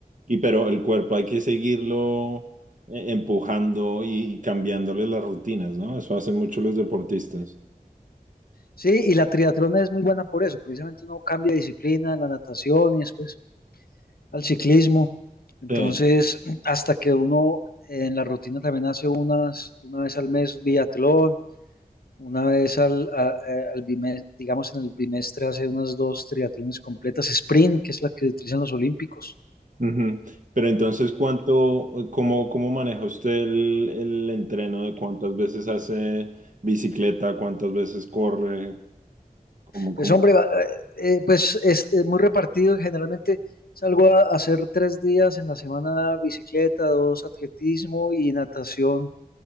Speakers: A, on the right (about 60°); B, on the left (about 85°).
A: Y pero el cuerpo hay que seguirlo eh, empujando y, y cambiándole las rutinas, ¿no? Eso hacen mucho los deportistas.
B: Sí, y la triatlón es muy buena por eso. Precisamente uno cambia de disciplina en la natación y después al ciclismo. Entonces,
A: Sí.
B: hasta que uno en la rutina también hace unas, una vez al mes biatlón, una vez al, a- eh, al bimestre, digamos en el bimestre hace unas dos triatlones completas, sprint, que es la que utilizan los olímpicos.
A: Ujú. Pero entonces, ¿cuánto, eh, cómo, cómo maneja usted el, el entreno de cuántas veces hace bicicleta, cuántas veces corre? ¿Cómo, cómo?
B: Pues hombre, va- eh, eh, pues es, es muy repartido, generalmente salgo a hacer tres días en la semana bicicleta, dos atletismo y natación,